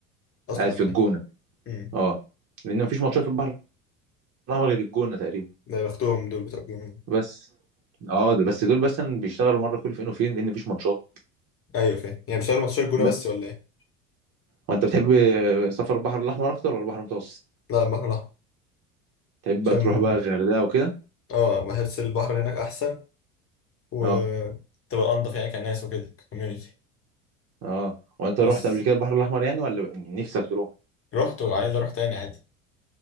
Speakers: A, on the left; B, on the right.
A: اصلا
B: قاعد في
A: يعني
B: الجونة
A: امم
B: اه لأن مفيش ماتشات في البحر الأحمر غير الجونة تقريبا
A: ده يا بختهم دول بتوع الجونه
B: بس اه ده بس دول بس بيشتغلوا مرة كل فين وفين لأن مفيش ماتشات
A: ايوه فاهم يعني بيشتغلوا ماتشات الجونه
B: بس
A: بس ولا ايه
B: وأنت بتحب سفر البحر الأحمر أكتر ولا البحر المتوسط؟
A: لا البحر الاحمر
B: تحب بقى
A: عشان
B: تروح بقى الغردقة وكده؟
A: اه بحس البحر هناك احسن وتبقى
B: اه
A: انضف يعني كناس وكده كوميونتي
B: اه وأنت
A: بس
B: رحت قبل كده البحر الأحمر يعني ولا نفسك تروح؟
A: رحت وعايز اروح تاني عادي